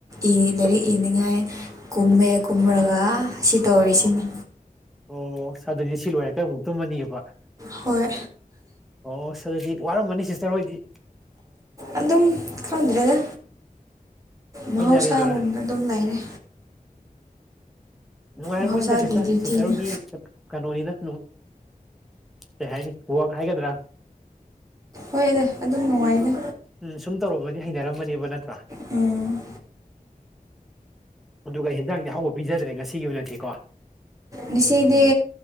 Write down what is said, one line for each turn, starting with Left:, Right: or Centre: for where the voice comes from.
Right: ꯏꯔꯤ ꯂꯥꯏꯔꯤꯛ ꯏꯅꯤꯡꯉꯥꯏ ꯀꯨꯝꯃꯦ ꯀꯨꯝꯔꯒ ꯁꯤ ꯇꯧꯔꯤ ꯁꯤꯅꯤ
Centre: ꯑꯣ ꯑꯗꯨꯗꯤ ꯁꯤ ꯂꯣꯏꯔꯒ ꯑꯃꯨꯛ ꯇꯨꯝꯃꯅꯤꯅ‌ꯦꯕ
Right: ꯍꯣꯏ
Centre: ꯑꯣ ꯁ ꯑꯗꯨꯗꯤ ꯋꯥꯔꯝꯃꯅꯤ ꯁꯤꯁꯇꯔ ꯍꯣꯏꯗꯤ
Right: ꯑꯗꯨꯝ ꯈꯟꯗ꯭ꯔꯦꯗ ꯃꯍꯧꯁꯥꯒꯨꯝꯅ
Centre: ꯍꯩꯅꯔꯦꯗꯨꯔꯥ
Right: ꯑꯗꯨꯝ ꯂꯩꯔꯦ
Centre: ꯅꯨꯡꯉꯥꯏꯔꯝꯒꯅꯤꯗ
Right: ꯃꯍꯧꯁꯥꯒꯤ
Centre: ꯁꯤꯁꯇꯔ
Right: ꯗ꯭ꯌꯨꯇꯤꯅꯤ
Centre: ꯁꯤꯁꯇꯔ ꯍ‌ꯣꯏꯒꯤ ꯀꯩꯅꯣꯅꯤꯅ ꯀꯩ ꯍꯥꯏꯅꯤ ꯋꯥꯛ ꯍꯥꯏꯒꯗ꯭ꯔꯥ
Right: ꯍꯣꯏꯗ ꯑꯗꯨꯝ ꯅꯨꯡꯉꯥꯏꯗ
Centre: ꯎꯝ ꯁꯨꯝ ꯇꯧꯔꯨꯕꯗꯤ ꯍꯩꯅꯔꯃꯅꯦꯕ ꯅꯠꯇ꯭ꯔꯥ
Right: ꯎꯝ
Centre: ꯑꯗꯨꯒ ꯍꯦꯟꯖꯥꯡꯗꯤ ꯍꯥꯎꯕ ꯄꯤꯖꯗ꯭ꯔꯦ ꯉꯁꯤꯒꯤ ꯑꯣꯏꯅꯗꯤꯀꯣ
Right: ꯉꯁꯤꯗꯤ